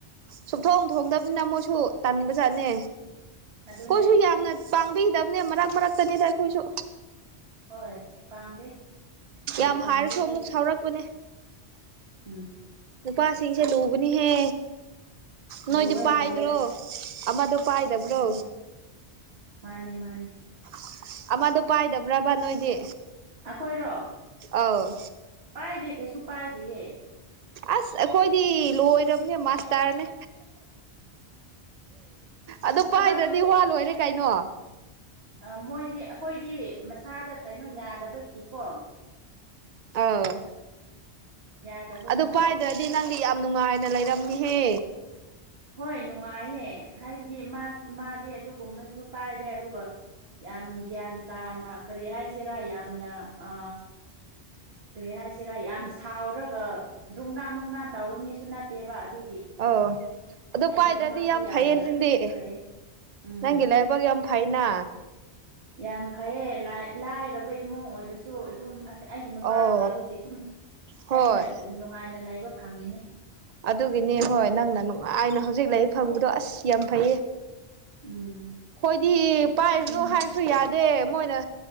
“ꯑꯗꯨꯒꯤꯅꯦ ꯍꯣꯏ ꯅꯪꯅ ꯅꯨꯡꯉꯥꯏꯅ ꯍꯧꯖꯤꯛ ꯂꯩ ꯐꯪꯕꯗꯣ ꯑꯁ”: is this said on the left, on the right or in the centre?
Right